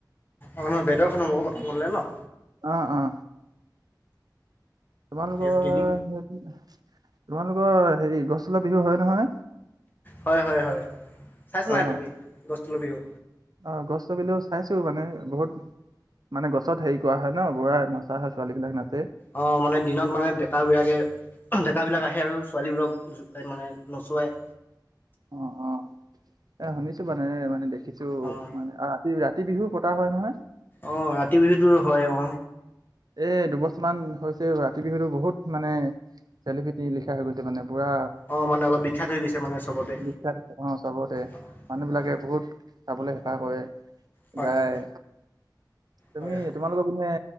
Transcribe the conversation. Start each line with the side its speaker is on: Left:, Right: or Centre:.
Left: অ ন বেদৰখন হব প্ৰথম খন হ'লে ন
Right: অ অ তোমালোকৰ
Left: যিহেতু তিনি
Right: তোমালোকৰ হেৰি গছতলৰ বিহু হয় নহয়
Left: হয় হয় হয় চাইছা নাই
Right: অ
Left: তুমি গছ তলৰ বিহু
Right: অ গছ তলৰ বিহু চাইছো মানে বহুত মানে গছ ওচত হেৰি কৰা হয় ন বোৰা নচা হয় ছোৱালী বিলাক নাচে
Left: অ মানে দিনত মানে ডেকা বিলাকে ডেকাবিলাক আহে আৰু ছোৱালীবোৰক মানে নচোৱায়
Right: অ অ এ শুনিছো মানে মানে দেখিছো
Left: অঁ
Right: মানে ৰাতি ৰাতি ৰাতি বিহুও পতা হয় নহয়
Left: অ কাতি বিহুটো হয় অ
Right: এ দুবছৰমান হৈছে ৰাতি বিহুতো বহুত মানে চেলি পিটি নিলিখা হৈ গৈছে মানে পুৰা
Left: অঁ মানে অলপ বিখ্যাত হৈ গৈছে মানে চবতে
Right: বিখ্যাত চবতে
Left: অঁ
Right: মানুহবিলাকে
Left: অঁ
Right: বহুত চাবলৈ হেঁপাহ কৰে
Left: হয়
Right: যায়
Left: হয়
Right: তুমি
Left: হয় হয়
Right: তোমালোকৰ পিনে